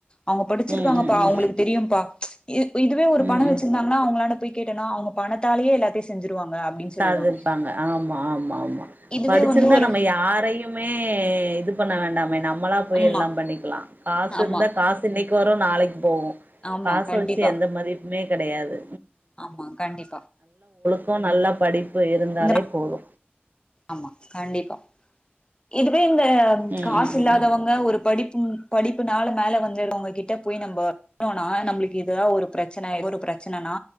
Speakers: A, on the left; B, on the right.
A: அவங்க படிச்சிருக்காங்கப்பா
B: ம் ம் ம்
A: அவங்களுக்கு தெரியும்பா இ இதுவே ஒரு
B: ம்
A: பணோ வச்சிருந்தாங்கன்னா
B: ம்
A: அவங்களான்ட போய் கேட்டனா அவங்க பணத்தாலயே எல்லாத்தையு செஞ்சிருவாங்க அப்டின்னு சொல்லிருவாங்க
B: சாதிர்பாங்க ஆமா ஆமா ஆமா
A: இதுவே
B: படிச்சிருந்தா
A: வந்து ஒரு
B: நம்ம யாரையுமே இது பண்ண வேண்டாம் வேணாம் நம்மளா போய்
A: ஆமா
B: எல்லா பண்ணிக்கலா காசு
A: ஆமா
B: இருந்தா காசு இன்னிக்கி வரு நாளைக்கு போகு
A: ஆமா
B: காச
A: கண்டிப்பா
B: வெச்சு எந்த மதிப்புமே கெடையாது
A: ஆமா கண்டிப்பா
B: க்கோ நல்லா படிப் பு இருந்தாலே
A: இந்த
B: போது
A: ஆமா கண்டிப்பா இதுவே இந்த
B: ம்
A: காசு
B: ம்
A: இல்லாதவங்க
B: ம் ம்
A: ஒரு படிப் ம் படிப்புனால மேல வந்துருகவங்க கிட்ட போய் நம்ப <unintelligible> நம்புளுக்கு இதுதா ஒரு பிரச்சன ஏதோ ஒரு பிரச்சனன்னா